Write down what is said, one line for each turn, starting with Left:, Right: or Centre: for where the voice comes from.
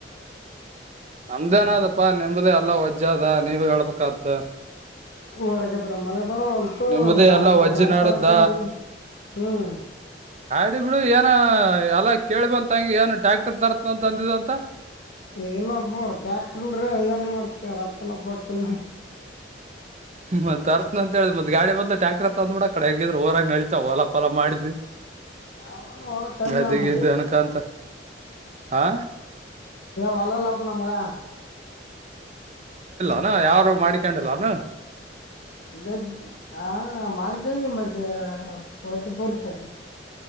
Right: ನಮ್ದೇನದಪ್ಪಾ ನೆಂಬದೇ ಎಲ್ಲ ಒಜ ಅದ ನೀವ ಹೇಳ್ಬತ್ತ
Left: ಅವರಗದ್ರ ಮೆ ಬರ ಹೊಲ್ತು
Right: ನಿಮ್ದೇ
Left: ನಾವ್ರ
Right: ಎಲ್ಲಾ ವಜ್ಜಿ
Left: ಗಾಡಿ
Right: ನಾಡದ್ದ
Left: ತರಕ್ ಬಂದ್ವಿ ಹ್ಮ್
Right: ನ ಬಿಡು ಏನ ಎಲ್ಲ ಕೇಳಳ್ಬಂತಂಗ ಏನ್ ಟ್ಯಾಕ್ಟರ್ ತರತ್ಂತ ಅಂದ್ಂತ
Left: ಇಲ್ಲಪ್ಪ ಟ್ಯಾಕ್ಟರ್ರ ಏನ್ ಮಾಡ್ತ ರಕ್ಕಲ್ಲಪ್ಪಕಲ್ಲ
Right: ಮತ್ತತ್ ಅರ್ತ್ನ ಅಂತ ಹೇಳಿದ ಮತ್ ಗಾಡಿ ಬದ್ ಟ್ಯಾಕ್ಟರ್ ತಂದ್ ಬಿಡ ಕಡೆ ಆಗಿದ್ರರಾಗ ನಡಿತಾ ಲಾಫಲ ಮಾಡಿದಿ
Left: ಯಾವಲ್ಲ ಹೊಲ ಕಮ್ಮಿ
Right: ಗಾದೆಗೆದು
Left: ಅವ ನಮ್ಮವು
Right: ಅನಕ ಅಂತ ಹಾ
Left: ವಲ್ಲಲ್ಲಪ್ಪ ನಮಗೆ
Right: ನ ಯಾರು ಮಾಡಿಕೊಂಡಿಲ್ಲಾನ
Left: ಗರ್ ಹಾ ಮಾಡ್ಕಂಗಗೆ ಮತ್ತೆ ಒಟ್ಟ ಪೂರ್ತಕ